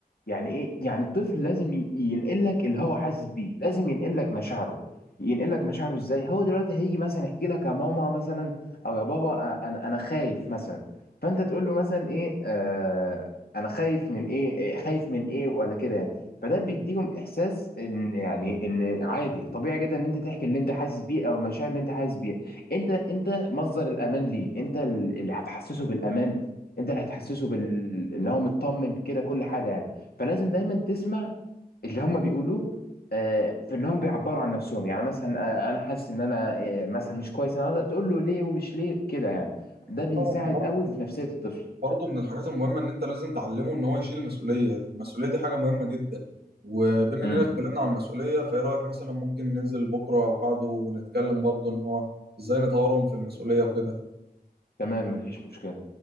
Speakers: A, on the left; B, on the right.
A: يعني ايه يعني الطفل لازم ي- ينقل لك اللي هو حاسس بيه لازم ينقل لك مشاعره ينقل لك مشاعره ازاي هو دلوقتي هيجي مثلا يحكي لك يا ماما مثلا او يا بابا آه، انا انا خايف مثلا فانت تقول له مثلا ايه آه انا خايف من ايه إيه، خايف من ايه ولا كده يعني فده بيديهم احساس ان يعني ان عادي طبيعي جدا ان انت تحكي اللي انت حاسس بيه او المشاعر اللي انت حاسس بيها انت انت مصدر الامان ليه انت اللي هتحسسه بالامان انت اللي هتحسسه بال اللي هو مطمن كده كل حاجه يعني فلازم دايما تسمع اللي هم بيقولوه آه، في ان هم بيعبروا عن نفسهم يعني مثلا آه، انا حاسس ان انا آه، مثلا مش كويس انا أقدر تقول له ليه ومش ليه كده يعني ده
B: أكيد
A: بيساعد
B: طبعا برضه
A: قوي في نفسيه الطفل
B: برضه من الحاجات المهمة إن أنت لازم تعلمه إن هو يشيل المسؤولية المسؤولية دي حاجة مهمة جدا وبما
A: امم
B: إننا اتكلمنا عن المسؤولية فإيه رأيك مثلا ممكن ننزل بكرة أو بعده ونتكلم برضه إن هو إزاي نطورهم في المسؤولية وكده
A: تمام مفيش مشكله